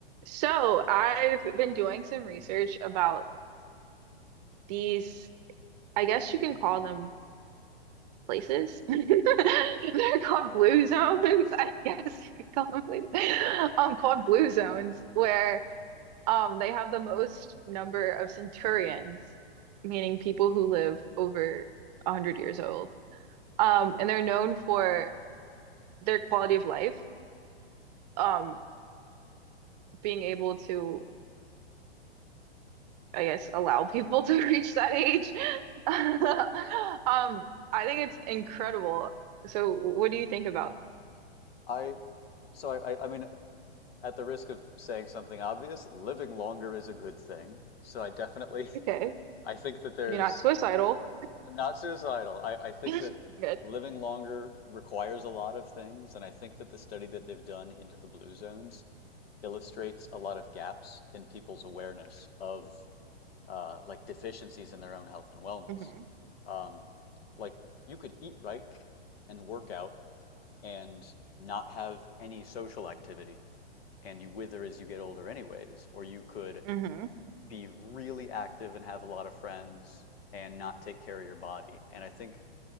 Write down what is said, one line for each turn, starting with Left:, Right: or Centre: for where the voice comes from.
Right: So I've been doing some research about these, I guess you can call them places. <laughs> They're called blue zones. <laughs> I guess you could call them places. Um, called blue zones, where um they have the most number of centurions, meaning people who live over 100 years old. Um, and they're known for their quality of life, um, being able to I guess allow people <laughs> to reach that age. <laughs> Um, I think it's incredible. So what do you think about?
Left: I so I, I I mean at the risk of saying something obvious, living longer is a good thing. So I definitely
Right: Okay,
Left: <laughs> I think that there's
Right: you're not suicidal.
Left: not suicidal. I, I think
Right: <laughs>
Left: that
Right: Good.
Left: living longer requires a lot of things, and I think that the study that they've done into the blue zones illustrates a lot of gaps in people's awareness of uh, like deficiencies in their own health and wellness.
Right: hmm
Left: Um, like you could eat right and work out and not have any social activity and you wither as you get older anyways or you could
Right: hmm
Left: be really active and have a lot of friends and not take care of your body and i think